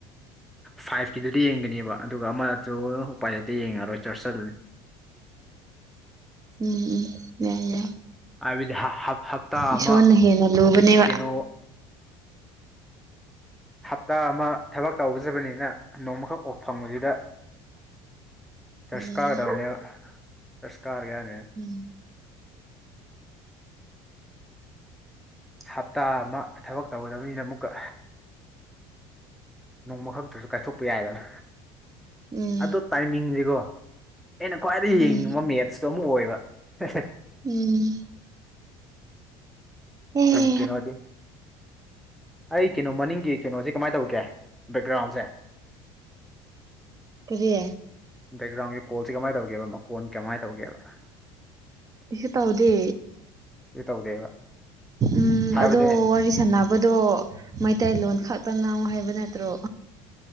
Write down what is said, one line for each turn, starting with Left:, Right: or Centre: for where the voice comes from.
Centre: ꯐꯥꯏꯚꯀꯤꯗꯨꯗꯤ ꯌꯦꯡꯒꯅꯦꯕ ꯑꯗꯨꯒ ꯑꯃꯗꯨ ꯎꯄꯥꯏ ꯂꯩꯇꯦ ꯌꯦꯡꯉꯔꯣꯏ ꯆ꯭ꯔꯁ ꯆꯠꯂꯅꯤ
Right: ꯎꯝ ꯎꯝ ꯌꯥꯏ ꯌꯥꯏ
Centre: ꯍꯥꯏꯕꯗꯤ ꯍ- ꯍꯞ- ꯍꯞꯇꯥ ꯑꯃ
Right: ꯏꯁꯣꯔꯅ ꯍꯦꯅ ꯂꯨꯕꯅꯦꯕ
Centre: ꯀꯩꯅꯣ ꯍꯞꯇꯥ ꯑꯃ ꯊꯕꯛ ꯇꯧꯕꯖꯕꯅꯤꯅ ꯅꯣꯡꯃꯈꯛ ꯑꯣ ꯐꯪꯕꯁꯤꯗ ꯆꯠꯁꯀꯥꯒꯗꯕꯅꯤꯕ
Right: ꯎꯝ
Centre: ꯆꯁꯀꯥꯔꯒꯦꯅꯦ
Right: ꯎꯝ
Centre: ꯍꯞꯇꯥ ꯑꯃ ꯊꯕꯛ ꯇꯧꯒꯗꯕꯅꯤꯅ ꯑꯃꯨꯛꯀ ꯅꯣꯡꯃ ꯈꯛꯇꯁꯨ ꯀꯥꯏꯊꯣꯛꯄ ꯌꯥꯏꯗꯅ
Right: ꯎꯝ
Centre: ꯑꯗꯣ ꯇꯥꯏꯃꯤꯡꯖꯤꯒꯣ ꯑꯩꯅ ꯈ꯭ꯋꯥꯏꯗꯒꯤ ꯌꯦꯡꯅꯤꯡꯕ
Right: ꯎꯝ
Centre: ꯃꯦꯠꯁꯇꯨ ꯑꯃꯨꯛ ꯑꯣꯏꯕ ꯍꯦ ꯍꯦ
Right: ꯎꯝ ꯑꯦ
Centre: ꯊꯦꯡꯀꯤꯅꯣꯗꯤ ꯑꯩ ꯀꯩꯅꯣ ꯃꯅꯤꯡꯒꯤ ꯀꯩꯅꯣꯁꯦ ꯀꯃꯥꯏ ꯇꯧꯒꯦ ꯕꯦꯛꯒ꯭ꯔꯥꯎꯟꯁꯦ
Right: ꯀꯔꯤ
Centre: ꯕꯦꯛꯒ꯭ꯔꯥꯎꯟꯒꯤ ꯀꯣꯜꯁꯦ ꯀꯃꯥꯏꯅ ꯇꯧꯒꯦꯕ ꯃꯀꯣꯟ ꯀꯃꯥꯏꯅ ꯇꯧꯒꯦꯕ
Right: ꯑꯩꯁꯨ ꯇꯧꯗꯦ
Centre: ꯑꯗꯨ ꯇꯧꯗꯦꯕ
Right: ꯎꯝ
Centre: ꯍꯥꯏꯕꯗꯤ
Right: ꯑꯗꯣ ꯋꯥꯔꯤ ꯁꯥꯟꯅꯕꯗꯣ ꯃꯩꯇꯩꯂꯣꯟ ꯈꯛꯇ ꯉꯥꯡꯉꯣ ꯍꯥꯏꯕ ꯅꯠꯇ꯭ꯔꯣ